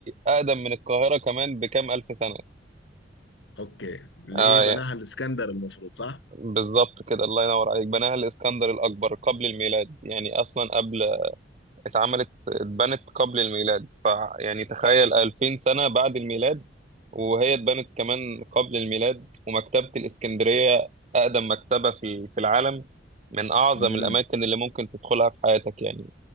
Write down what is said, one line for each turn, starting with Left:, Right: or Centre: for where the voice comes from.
Right: اقدم من القاهره كمان بكام الف سنه
Left: اوكي اللي
Right: اه
Left: هي بناها
Right: يعني
Left: الاسكندر المفروض صح
Right: بالظبط كده الله ينور عليك بناها الاسكندر الاكبر قبل الميلاد يعني اصلا قبل اتعملت اتبنت قبل الميلاد فيعني تخيل 2000 سنه بعد الميلاد وهي اتبنت كمان قبل الميلاد ومكتبه الاسكندريه اقدم مكتبه في في العالم من اعظم
Left: امم
Right: الاماكن اللي ممكن تدخلها في حياتك يعني